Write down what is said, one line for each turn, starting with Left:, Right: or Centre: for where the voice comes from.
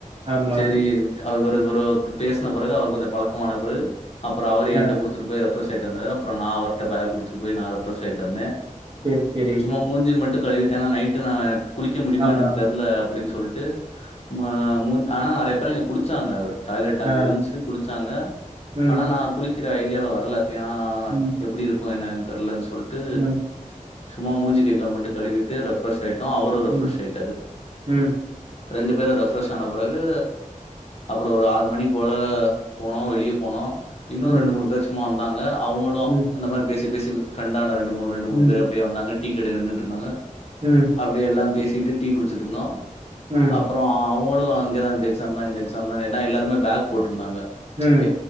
Right: ஆமா
Left: சேரி அவரு இவுரு ஒர்த்தரூ பேசின பிறகு அவர் கொஞ்சோ பழக்கமான பிறகு அப்புற அவர் ஏங்கிட்ட
Right: ஆ
Left: குடுத் குடுத்துட்டு போய் ரெஃப்ரெஸ் ஆய்ட்டு வந்தாரு அப்புறோ நா அவர்கிட்ட பேக் குடுத்து போய் நா ரெஃப்ரெஸ் ஆய்ட்டு வந்தே
Right: சேர் செரி
Left: சும்மா மூஞ்சி மட்டூ கழுவிட்டேனா நைட்டு நா குளிக்க முடியுமா
Right: ஆமா
Left: என்னோன்னு தெர்ல அப்பிடின் சொல்ட்டு மா மூஞ்ச ஆனா நறைய பேரு இங்க குளிச்சாங்க டாய்லெட் அங்கே
Right: ஆ
Left: இருந்துச்சி குளிச்சாங்க
Right: ம்
Left: ஆனா நா குளிக்கிற ஐடியால வரல ஏன்னா
Right: ம்
Left: எப்பிடி இருக்கோ என்ன ‌ஏத் தெர்லன்னு சொல்ட்டு
Right: ம்
Left: சும்மா மூஞ்சி கைக்கால் மட்டூ கழுவிட்டு கே ரெஃப்ரெஸ் ஆயிட்டோ அவுரூ ரெஃப்ரெஸ்
Right: ம்
Left: ஆயிட்டாரு
Right: ம்
Left: ரெண்டு பேரூ ரெஃப்ரெஸ் ஆன பிறகு அப்புறோ ஒரு ஆறு மணி போல போனோ வெளியே போனோ இன்னூ
Right: ம்
Left: ரெண்டு மூணு பேரு சும்மா வந்தாங்க அவுங்களூ
Right: ம்
Left: அந்த மாரி பேசி பேசி பிரெண்டான ரெண்டு மூணு ரெண்டு மூணு
Right: ம்
Left: பேர் அப்பிடியே வந்தாங்க டீ கடையில நின்னுட்டு இருந்தாங்க
Right: ம்
Left: அப் எல்லா பேசிட்டு டீ குடுச்சிட்டு இருந்தோ
Right: ம்
Left: அப்புற அவுங்களூ அங்கேதா இந்த எக்ஸாம் தா இந்த எக்ஸாம் தான ‌என்ன எல்லாருமே பேக் போட்ருந்தாங்க
Right: ம்
Left: ‌ஏ